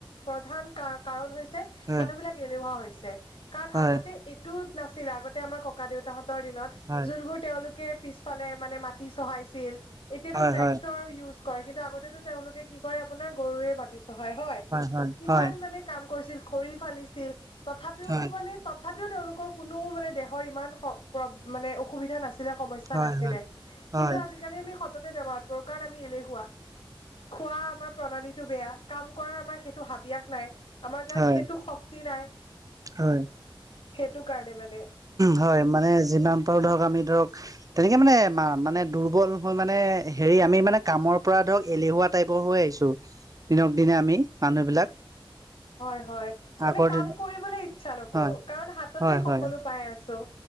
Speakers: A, on the left; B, on the right.
A: প্ৰধান কা কাৰণ হৈছে।
B: হয়
A: মানুহ বিলাক এলেহোৱা হৈছে, কাৰণ
B: হয়
A: আগতে এইটো নাছিলে, আগতে আমাক কক ককা দেউতাহতৰ দিনত
B: হয়
A: যোনবোৰ তেওঁলোকে পিছফালে মানে মাটি চহাইছিল এতিয়াতো
B: হয় হয়
A: ট্ৰেক্টৰ
B: হয়
A: ইউজ কৰে কিন্তু আগতেতো তেওঁলোকে কি কৰে আপোনাৰ গৰুৱে মাটি। চহাই হয়।
B: হয়
A: কিমান
B: হয়
A: মানে কাম কৰিছিল খৰি ফালিছিল তথাপিও
B: হয় হয়
A: মানে তত তথাপিও তেওঁলোকৰ কোনো মানে দেহৰ ইমান মানে প অসুবিধা নাছিলে সমস্যা চা
B: হয়
A: নাছিলে। কিন্তু
B: হয়
A: আজিকালি আমি সততে বেমাৰত পৰো কাৰণ আমি এলেহুৱা খোৱা আমাৰ প্ৰণালীটো বেয়া কাম কৰা আমাৰ সেইটো হাবিয়াস নাই আমাৰ গাত
B: হয়
A: সেইটো শক্তি নাই
B: হয়
A: সেইটো কাৰণে মানে
B: হয় মানে যিমান পাৰোঁ ধৰক আমি ধৰক তেনেকে মানে মানে দুৰ্বল হৈ মানে হেৰি আমি মানে কামৰ পৰা ধৰক এলেহুৱাত টাইপৰ হৈ আহিছো দিনক দিনে আমি মানুহ বিলাক
A: হয় হয় মানে
B: আগৰ
A: কাম
B: দিন
A: কৰিবলৈ ইচ্ছা নকৰো
B: হয়
A: কাৰণ হাততে
B: হয় হয়
A: সকলো পাই আছো